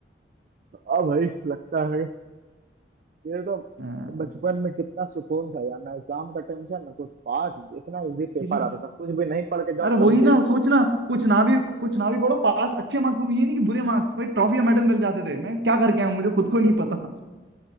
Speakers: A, on the right (about 50°); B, on the right (about 75°).
A: हाँ भाई लगता है ये तो
B: हाँ,
A: बचपन में कितना सुकून था यार ना एग्जाम का टेंशन ना कुछ पास इतना इजी पेपर
B: किसी
A: आता था कुछ भी नहीं पढ़ के जाओ
B: अरे वही
A: तब
B: ना
A: भी
B: सोचना कुछ ना भी कुछ ना भी पढ़ो पास अच्छे मार्क्स वो ये नहीं कि बुरे मार्क्स भाई ट्रॉफी या मेडल मिल जाते थे मैं क्या करके आया हूँ, मुझे खुद को नहीं पता